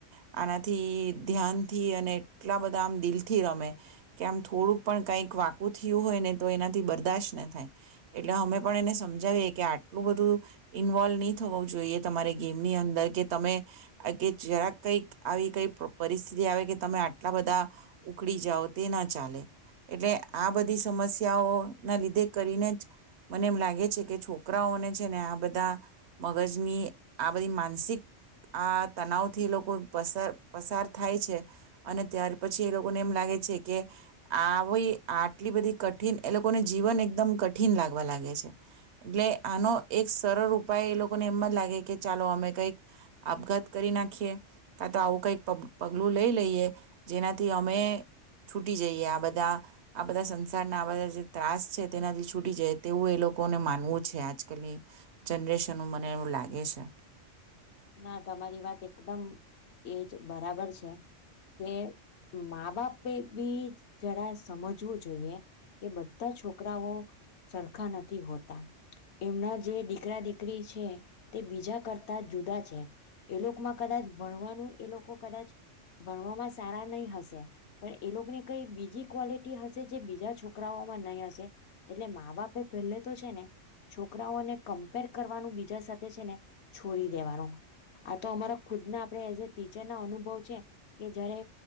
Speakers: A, on the right (about 65°); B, on the left (about 65°).
A: આનાથી ધ્યાન થી અને એટલા બધા આમ દિલ થી રમે કે આમ થોડુંક પણ કઈક વાકું થયું હોય ને તો એનાથી બરદાશત ન થાય. એટલે અમે પણ એને સમજાવીએ કે આટલું બધું ઇન્વોલ્વ નહી થવું જોઈએ તમારે ગેમની અંદર કે તમે કે જરાક કઈક આવી કઈ પ્ર-પરિસ્થિતિ આવે કે તમે આટલા બધા ઉકડી જાઓ તે ના ચાલે. એટલે આ બધી સમસ્યાઓ ના લીધે કરીને જ મને એમ લાગે છે કે છોકરાઓને છે ને આ બધા મગજની આ બધી માનસિક આ તનાવ થી એ લોકો પસર-પસાર થાય છે અને ત્યાર પછી એ લોકોને એમ લાગે છે કે આવી આટલી બધી કઠિન એ લોકોને જીવન એકદમ કઠિન લાગવા લાગે છે. એટલે આનો એક સરળ ઉપાય એ લોકોને એમમાં જ લાગે કે ચાલો અમે કઈક આપઘાત કરી નાખીએ કા તો આવું કઈક પગ-પગલું લઈ લે લઈએ જેનાથી અમે છૂટી જઈએ આ બધા આ બધા સંસારના આ બધા જે ત્રાસ છે તેનાથી છૂટી જઈ તેવું એ લોકોને માનવું છે આજકાલની જનરેશન મને એવું લાગે છે.
B: ના તમારી વાત એકદમ એજ બરાબર છે કે મા બાપ પે બી જરા સમજવું જોઈએ કે બધા છોકરાઓ સરખા નથી હોતા એમના જે દીકરા દીકરી છે તે બીજા કરતા જુદા છે. એ લોકોમાં કદાચ ભણવાનું એ લોકો કદાચ ભણવામાં સારા નહી હશે પણ એ લોકોને કઈ બીજી ક્વોલિટી હશે જે બીજા છોકરાઓમાં નહીં હશે એટલે મા બાપે પહેલે તો છે ને છોકરાઓને કમ્પેર કરવાનું બીજા સાથે છે ને છોડી દેવાનું. આ તો અમારા ખુદના આપણે એઝ એ ટીચર ના અનુભવ છે કે જયારે